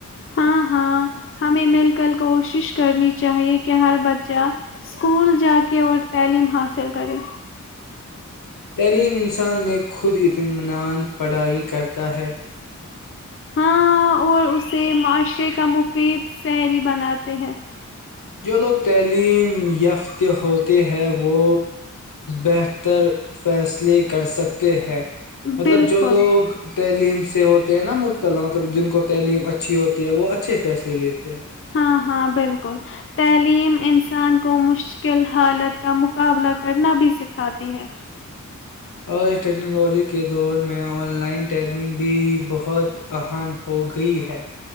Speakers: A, on the left; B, on the left.
A: ہاں ہاں ہمیں مل کرل کوشش کرنی چاہیے کہ ہر بچہ اسکول جا کے اور تعلیم حاصل کرے
B: تعلیم انسان میں خود اطمینان پڑھائی کرتا ہے
A: ہاں اور اسے معاشرے کا مفید شحری بناتے ہیں
B: جو لوگ تعلیم یافت ہوتے ہے وہ بہتر فیصلے کر سکتے ہیں مطلب
A: بالکل
B: جو لوگ تعلیم سے ہوتے ہیں نا مبتلا مطلب جن کو تعلیم اچھی ہوتی ہے وہ اچھے فیصلے لیتے ہیں
A: ہاں ہاں بالکل تعلیم انسان کو مشکل حالت کا مقابلہ کرنا بھی سکھاتی ہے
B: آج ٹیکنالوجی کے دور میں آن لائن تعلیم بھی بہت اہم ہو گئی ہے